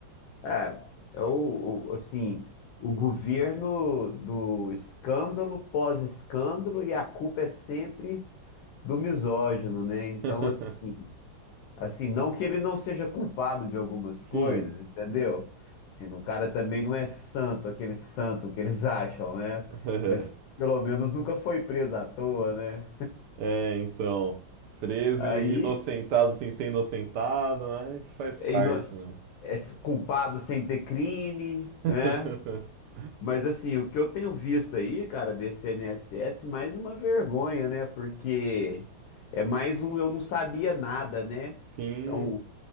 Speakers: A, on the left (about 80°); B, on the right (about 70°).
A: é, é o, o- assim, o governo do escândalo, pós-escândalo, e a culpa é sempre do misógino, né? Então,
B: <laughs>
A: assim, assim, não que ele não seja culpado de algumas coisas,
B: Sim.
A: entendeu? Assim, o cara também não é santo, aquele santo que eles <laughs> acham, né?
B: <laughs>
A: Mas pelo menos nunca foi preso à toa, né?
B: É, então, preso
A: Aí,
B: e inocentado sem ser inocentado, mas faz
A: e
B: parte,
A: não-
B: né?
A: é culpado sem ter crime,
B: <laughs>
A: né? Mas assim, o que eu tenho visto aí, cara, desse INSS, mais uma vergonha, né? Porque é mais um eu não sabia nada, né?
B: Sim,
A: Então, o